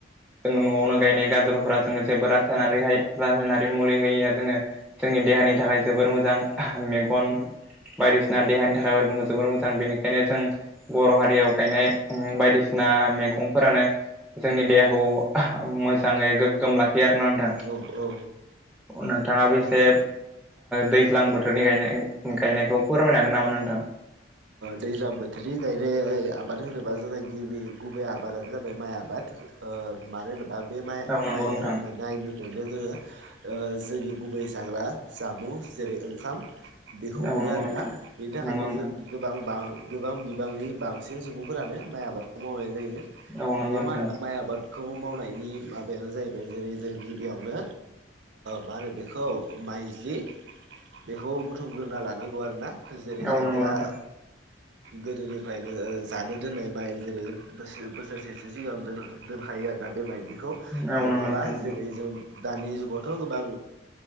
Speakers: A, in the centre; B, on the right (about 75°).
A: जोङो न'आवनो गायनाय गाजरफोरा जोङो जेबो रासायनारि रासायनारि मुलि होयै जोङो जोंनि देहानि थाखाय जोबोर मोजां मेगन बायदिसिना देहानि थाखाय जोबोर मोजां बेनिखायनो जों बर' हारियाव गायनाय बायदिसिना मैगंफोरानो जोंनि देहा मोजाङै गोग्गोम लाखियो आरोना नोंथां।
B: औ औ
A: नोंथाङाबो एसे दैज्लां बोथोरनि गायनाय गायनायखौ फोरमायनो हागोन नामा नोंथां?
B: दैज्लां बोथोरनि गायनाय आबाद होनोबा जोंना गिबि गुबै आबादानो जाबाय माइ आबाद मानो होनोबा बे माइ
A: औ नंगौ
B: माइनि
A: नोंथां
B: बेनो जोङो जोंनि गुबै जाग्रा जामुं जेरै ओंखाम बेखौ
A: औ
B: मोनो
A: नंगौ
B: आरोना
A: नोंथां
B: बेनि थाखायनो
A: नंगौ नोंथां
B: जों गोबां बां गोबां बिबांनि बांसिन सुबुं फोरानो माइ आबादखौ मावनाय जायो
A: औ नंगौ
B: बे
A: नोंथां
B: माइ आबादखौ मावनाय माबायानो जाहैबाय जेरै जों गिबियावनो मा होनो बेखौ माइज्लि बेखौ बुथुमग्रोना लानांगौ आरोना जेरै
A: औ
B: खायफाया
A: नंगौ नोंथां
B: गोदोनिफ्रायनो जानो दोननाय माइ जेरै बोसोरसेसो सिगां दोनखायो आरो। दा बेबायदिखौ
A: औ
B: नङाबा
A: नंगौ नोंथां
B: जेरै जों दानि जुगावथ' गोबां